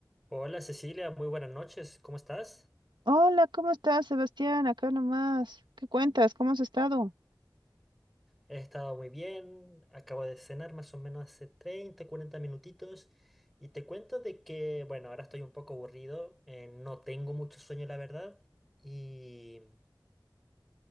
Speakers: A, in the centre; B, on the right.
A: Hola Cecilia, muy buenas noches, ¿cómo estás?
B: Hola, ¿cómo estás, Sebastián? Acá nomás. ¿Qué cuentas? ¿Cómo has estado?
A: He estado muy bien, acabo de cenar más o menos hace 30, 40 minutitos y te cuento de que, bueno, ahora estoy un poco aburrido, eh, no tengo mucho sueño la verdad y,